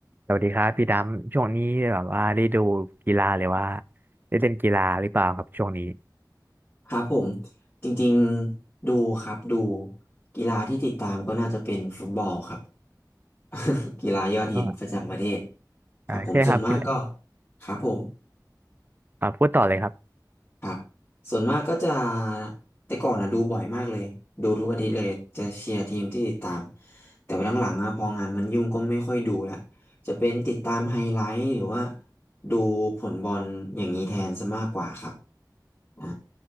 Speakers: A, on the right; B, on the left.
A: สวัสดีครับพี่ดำช่วงนี้แบบว่าได้ดูกีฬาหรือว่าได้เล่นกีฬาหรือเปล่าครับช่วงนี้
B: ครับผมจริงๆดูครับดูกีฬาที่ติดตามก็น่าจะเป็นฟุตบอลครับ <laughs> กีฬายอดฮิตประจำประเทศ
A: อ่า
B: ครับผมส่วนมากก็
A: อ่าใช่ครับพี่
B: ครับผม
A: อ่าพูดต่อเลยครับ
B: ครับส่วนมากก็จะแต่ก่อนอะดูบ่อยมากเลยดูทุกอาทิตย์เลยจะเชียร์ทีมที่ติดตามแต่ว่าหลังๆอะพองานมันยุ่งก็ไม่ค่อยดูละจะเป็นติดตามไฮไลท์หรือว่าดูผลบอลอย่างนี้แทนซะมากกว่าครับอ่า